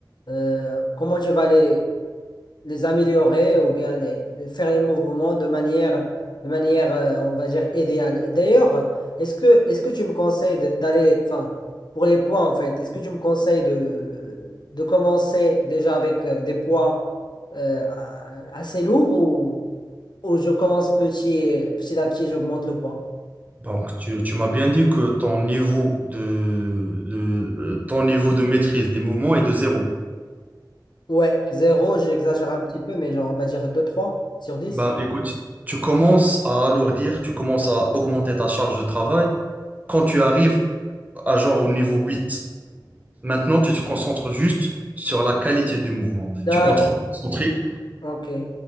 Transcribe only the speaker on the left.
euh, comment tu vas les, les améliorer ou bien les, les- faire les mouvements de manière, de manière euh, on va dire, idéale. D'ailleurs, est-ce que, est-ce que tu me conseilles de- d'aller, enfin, pour les poids en fait, est-ce que tu me conseilles de, de commencer déjà avec euh, des poids euh, a- assez lourds ou, ou je commence petit, et- petit à petit, j'augmente le poids?
Ouais, zéro, j'exagère un petit peu, mais genre, on va dire deux trois sur dix
D'accord,
ok.